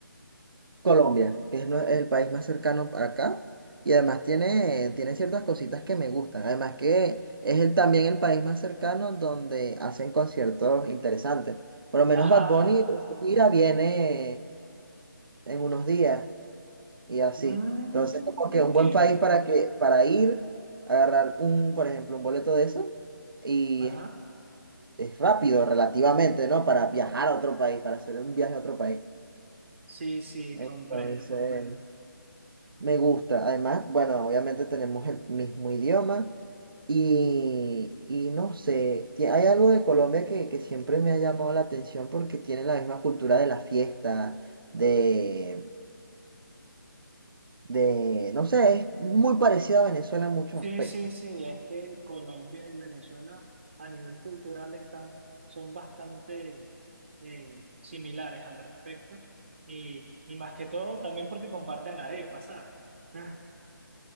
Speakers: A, on the right; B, on the right.
A: Colombia, que es, nue- el país más cercano para acá. Y además tiene, tiene ciertas cositas que me gustan. Además que es el, también el país más cercano donde hacen conciertos interesantes. Por lo menos
B: Ajá.
A: Bad Bunny, su gira viene en unos días. y así.
B: Mm,
A: Entonces, como que
B: entiendo.
A: un buen país para que, para ir, agarrar un, por ejemplo, un boleto de eso, y
B: Ajá.
A: es, es rápido relativamente, ¿no? Para viajar a otro país, para hacer un viaje a otro país.
B: Sí, sí,
A: Entonces,
B: comprendo, comprendo.
A: me gusta. Además, bueno, obviamente tenemos el mismo idioma y, y no sé, ti- hay algo de Colombia que, que siempre me ha llamado la atención porque tiene la misma cultura de la fiesta, de, de, no sé, es muy parecido a Venezuela en muchos
B: Sí,
A: aspectos.
B: sí, sí, es que Colombia y Venezuela a nivel cultural están, son bastante eh, similares al respecto y, y más que todo también porque comparten arepa, ¿sabes? <laughs>